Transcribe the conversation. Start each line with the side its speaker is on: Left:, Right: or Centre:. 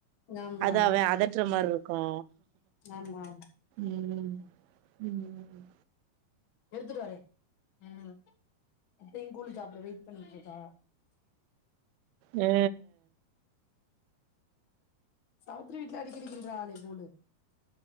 Left: ஆமா
Right: அத அவ அதட்ற மார்ருக்கு
Left: ஆமா
Right: ம் ம்
Left: எடுத்துட்டு வரே ம் அப்பையு கூலி சாப்பட வெயிட் பண்ணிட்ருக்காறா
Right: ஆ
Left: சாவ்த்திரி வீட்ல அடிக்கடி கின்றாலே கூலு